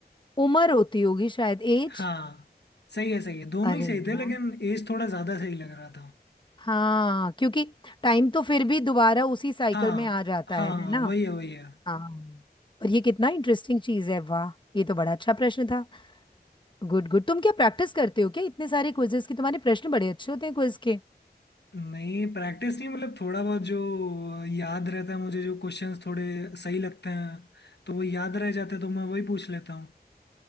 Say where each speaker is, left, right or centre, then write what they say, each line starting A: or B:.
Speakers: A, on the left (about 30°); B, on the left (about 85°).
A: उम्र होती होगी शायद एज
B: हाँ सही है सही है दोनों
A: अरे
B: ही सही
A: वाह
B: थे लेकिन एज थोड़ा ज्यादा सही लग रहा था
A: हाँ क्योंकि टाइम तो फिर भी दोबारा उसी साइकिल
B: हाँ
A: में आ जाता
B: हाँ
A: है है ना
B: वही है वही है
A: हाँ और ये कितना इंटरेस्टिंग चीज है वाह ये तो बड़ा अच्छा प्रश्न था गुड गुड तुम क्या प्रैक्टिस करते हो क्या इतने सारे क्विजेस की तुम्हारे प्रश्न बड़े अच्छे होते हैं क्विज के
B: नहीं प्रैक्टिस नहीं मतलब थोड़ा बहुत जो याद रहता है मुझे जो क्वेश्चंस थोड़े सही लगते हैं तो वो याद रह जाते हैं तो मैं वही पूछ लेता हूँ